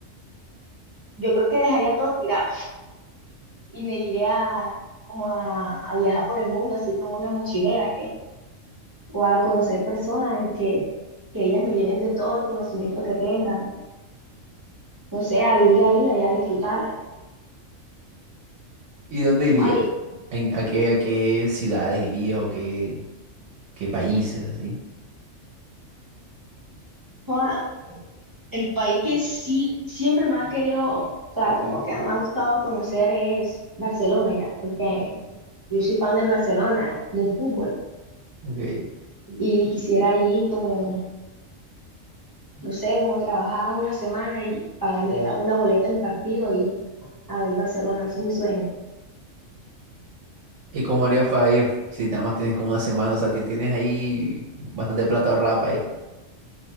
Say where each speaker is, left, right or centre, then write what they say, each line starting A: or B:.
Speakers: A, on the right; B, on the right.
A: yo creo que dejaría todo tirado y me llegué a, como a, a viajar por el mundo, así como una mochilera, que, o a conocer personas en que, que ellas me llenen de todo el conocimiento que tengan, no sé, a vivir la vida y a disfrutarla.
B: ¿Y dónde irías?
A: Ay,
B: ¿En- a qué, a qué ciudades irías o qué, qué países así?
A: joda, el país que sí, siempre me ha querido, o sea, como que me ha gustado conocer es Barcelona ya, porque yo soy fan del Barcelona, del fútbol.
B: Ok.
A: y quisiera ir como, no sé, como trabajar una semana y pagarme la- una boleta del partido y a ver Barcelona, ese es mi sueño.
B: ¿Y cómo harías para ir? Si nada más tienes como una semana, o sea, ti- tienes ahí bastante plata ahorrada para ir